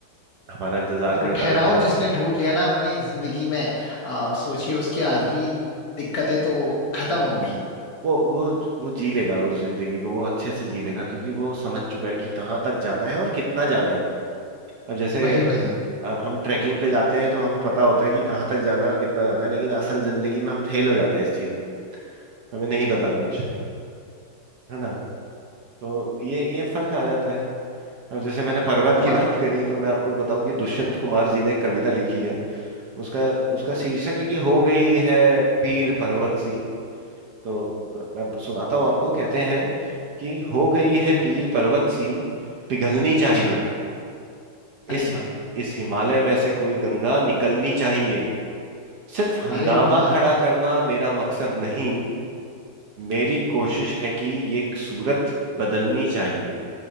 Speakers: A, on the right (about 65°); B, on the left (about 55°).
A: हमारा इंतजार
B: वो
A: करता
B: ठहराव
A: रहता है
B: जिसने ढूंढ लिया ना अपनी जिंदगी में आ, सोचिए उसकी आधी दिक्कतें तो खत्म हो गई
A: वो वो वो जी लेगा उस जिंदगी को वो अच्छे से जी लेगा क्योंकि वो समझ चुका है कि कहाँ तक जाना है और कितना जाना है अब जैसे
B: वही वही
A: अब हम ट्रैकिंग पे जाते हैं तो हमें पता होता है कि कहाँ तक जाना है और कितना जाना है लेकिन असल जिंदगी में हम फेल हो जाते हैं इस चीज में हमें नहीं पता कुछ है ना तो ये ये फर्क आ जाता है अब जैसे मैंने पर्वत की
B: और
A: बात करी तो मैं आपको बताऊं कि दुष्यंत कुमार जी ने एक कविता लिखी है उसका उसका शीर्षक है कि हो गई है पीर पर्वत सी तो अ, मैं सुनाता हूँ आपको कहते हैं कि हो गई है पीर पर्वत सी पिघलनी चाहिए
B: अच्छा अरे
A: इस
B: वाह
A: इस हिमालय में से कोई गंगा निकलनी चाहिए सिर्फ हंगामा
B: अरे वाह
A: खड़ा करना मेरा मकसद नहीं मेरी कोशिश है कि ये सूरत बदलनी चाहिए